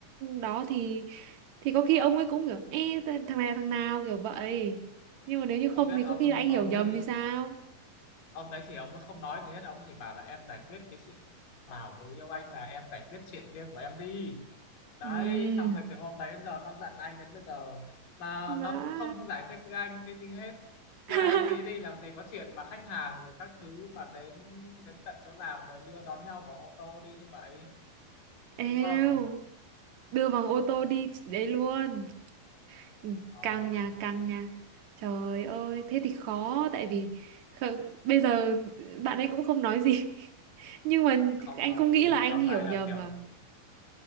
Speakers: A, on the right (about 55°); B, on the left (about 65°).
A: đó thì thì có khi ông ấy cũng kiểu Ê, th- thằng này là thằng nào kiểu vậy nhưng mà nếu như không
B: không biết
A: thì
B: ông
A: có khi là anh hiểu
B: ông
A: nhầm
B: đấy
A: thì sao
B: ông đấy thì ông không nói gì hết ông chỉ bảo là em giải quyết cái chuyện bảo người yêu anh là em giải quyết chuyện riêng của em đi đấy
A: Ừm
B: xong rồi từ hôm đấy đến giờ nó giận anh đến bây giờ mà
A: Má.
B: nó cũng không giải thích với anh cái gì hết nhưng
A: <laughs>
B: mà em nghĩ đi làm gì có chuyện mà khách hàng rồi các thứ mà đến đến tận chỗ làm rồi đưa đón nhau bằng ô tô đi như vậy
A: Eo,
B: đúng không
A: đưa bằng ô tô đi đấy luôn. Ừ,
B: ờ,
A: Căng nhà, căng nhà. Trời ơi, thế thì khó tại vì kh- bây giờ bạn ấy cũng không nói gì. <laughs> Nhưng mà
B: không
A: anh
B: nói
A: không nghĩ
B: gì
A: là anh
B: tóm
A: hiểu
B: lại
A: nhầm
B: là kiểu
A: mà.